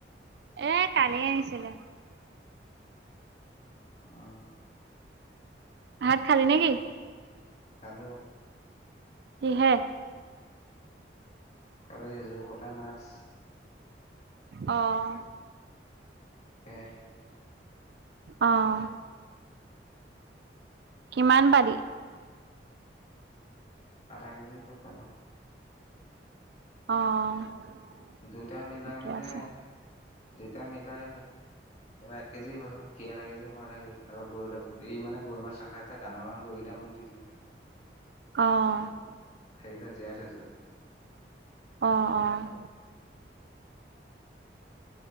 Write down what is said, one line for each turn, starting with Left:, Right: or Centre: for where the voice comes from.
Right: এ কালি আনিছিলো
Left: উম
Right: ভাত খালি নেকি?
Left: খালোঁ।
Right: কিহে??
Left: কালি জোৰ কটা মাছ।
Right: অ'।
Left: সে-
Right: অ'। কিমান পালি?
Left: আধা কেজি ওপৰত পালোঁ।
Right: অ'।
Left: দুয়টা মিলাই
Right: ঠিকে
Left: মানে
Right: <inaudible>
Left: দুইতটা মিলাই এক কেজি হ'ল সি আধা কেজি মই আধা কেজি তাৰ পৰাৰা গৰু মানে গৰু মাছ চ খাইছে ডাঙৰ ডাঙৰ কৈ কেইটা মোক দি দিলে।
Right: অ'।
Left: <unintelligible>
Right: অ', অ'।